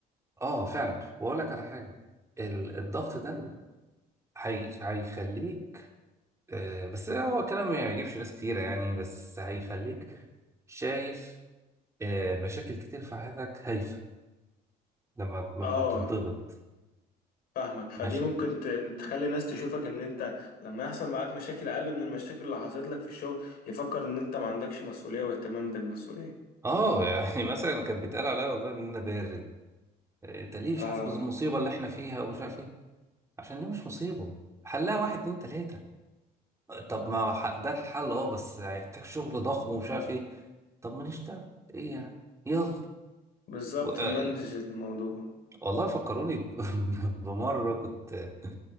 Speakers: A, on the right; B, on the left.
A: اه فعلا واقول لك على حاجه ال- الضغط ده هي... هيخليك آه بس هو كلام ما يعجبش ناس كتيره يعني بس هيخليك شايف آه مشاكل كتير في حياتك هايفه لما لما
B: اه
A: تتضغط
B: فاهمك فدي
A: ماشي
B: ممكن ت- تخلي الناس تشوفك ان انت لما يحصل معاك مشاكل اقل من المشاكل اللي حصلت لك في الشغل يفكر ان انت ما عندكش مسؤولية واهتمام بالمسؤولية
A: اه يعني <laughs> مثلا كانت بيتقال عليا والله ان انا بارد انت ليه مش
B: اه
A: حاسس بالمصيبه اللي احنا فيها ومش عارف ايه عشان دي مش مصيبه حلها واحد اتنين تلاته طب ما ح- ده الحل اه بس هيحتاج شغل ضخم ومش عارف ايه طب ما نشتغل ايه يعني يلا
B: بالظبط
A: و- آه،
B: نمنج الموضوع
A: والله فكروني ب- <laughs> بمره كنت